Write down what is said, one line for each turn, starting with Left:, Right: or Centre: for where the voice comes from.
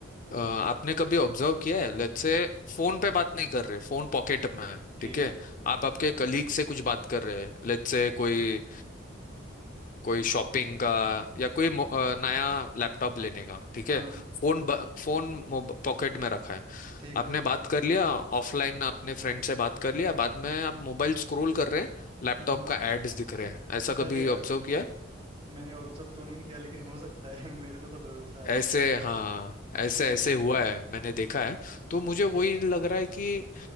Left: अ, आपने कभी ऑब्जर्व किया है लेट्स से फोन पे बात नहीं कर रहे फोन पॉकेट में है
Right: ठीक
Left: ठीक है
Right: है
Left: आप आपके कलीग से कुछ बात कर रहे हैं लेट्स से कोई अ, कोई शॉपिंग का या कोई मो- अ, नया लैपटॉप लेने का ठीक
Right: हाँ
Left: है फोन ब- फोन पॉकेट में रखा है
Right: ठीक
Left: आपने
Right: है
Left: बात कर लिया ऑफलाइन आपने फ्रेंड से बात कर लिया बाद में आप मोबाइल स्क्रॉल कर रहे हैं लैपटॉप
Right: हम्म
Left: का एड्स दिख रहे हैं ऐसा कभी
Right: अरे यार
Left: ऑब्जर्व किया है?
Right: मैंने ऑब्जर्व तो नहीं किया लेकिन हो सकता है <laughs> मेरे को तो भरोसा है
Left: ऐसे
Right: अभी
Left: हाँ ऐसे
Right: हाँ
Left: ऐसे हुआ है मैंने देखा है तो मुझे वही लग रहा है कि